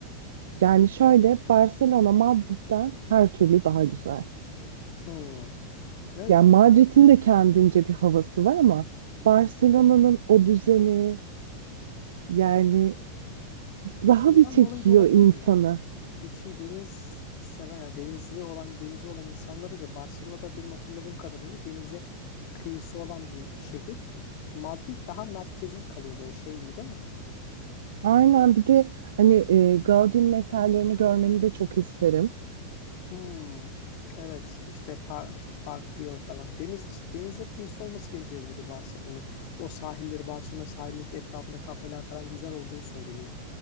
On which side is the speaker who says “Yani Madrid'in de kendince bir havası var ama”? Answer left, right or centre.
Right